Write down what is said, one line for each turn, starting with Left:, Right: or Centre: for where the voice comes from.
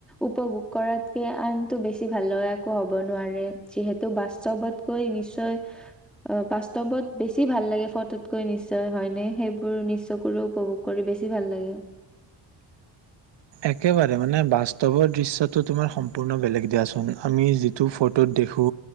Centre: উপভোগ কৰাতকে আনটো বেছি ভাল লগা একো হব নোৱাৰে যিহেতু বাস্তৱত গৈ নিশ্চয় অ বাস্তৱত বেছি ভাল লাগে ফটো তকৈ নিশ্চয় হয়নে সেইবোৰ নিচ চকুৰে উপভোগ কৰি বেছি ভাল লাগে
Right: একেবাৰে মানে বাস্তৱৰ দৃশ্যটো তোমাৰ সম্পূৰ্ণ বেলেগ দিয়াচোন আমি যিটো ফটোত দেখো